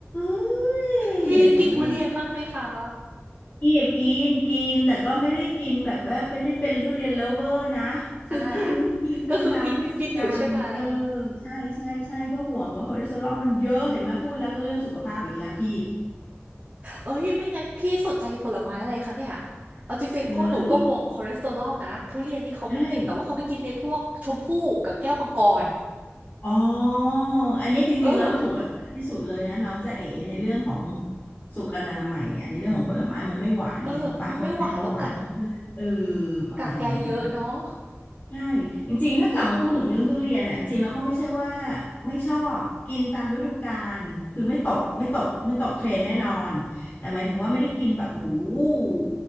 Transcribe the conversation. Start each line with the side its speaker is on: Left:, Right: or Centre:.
Left: ้ยเห็นแล้วนะ
Right: พี่กินทุเรียนบ้างไหมคะ
Left: พี่อะกินกินแต่ก็ไม่ได้กินแบบว่าเป็นได้เป็นทุเรียนเลิฟเวอร์นะคือกินกินกินตามเทศกาลเออ
Right: อ่าก็คือกินกินอยู่ใช่ไหม
Left: ใช่ใช่ใช่เพราะห่วงว่าคอเลสเตอรอลมันเยอะเห็นไหมาพูดแล้วก็เรื่องสุขภาพอีกแล้วพี่
Right: เอ้ยไม่งั้นพี่สนใจผลไม้อะไรคะเนี่ยเอาจริงๆพ่อหนูก็ห่วงคอเลสเตอรอลนะทุเรียนนี่เขาไม่กินแต่ว่าเขาไปกินในพวกชมพู่กับแก้วมังกร
Left: เออทุกใช่อ๋ออันนี้จริงๆแล้วมันถูกลักษณะที่สุดเลยนะน้องจ๊ะเอ๋ในเรื่องของ
Right: เออ
Left: สุขอนามัยอ่ะในเรื่องของผลไม้มันไม่หวานเนี่ยถูกปะคนเป็นเบาหวานเขาก็เออ
Right: เออมันไม่หวานแล้วกัด
Left: ประมาณนั้น
Right: กากใยเยอะเนาะ
Left: ใช่จริงๆถ้ากลับมาพูดถึงเรื่องทุเรียนน่ะจริงๆเราก็ไม่ใช่ว่าไม่ชอบกินตามฤดูกาลคือไม่ตกไม่ตกไม่ตกเทรนแน่นอนแต่หมายถึงว่าไม่ได้กินแบบโอ้โหู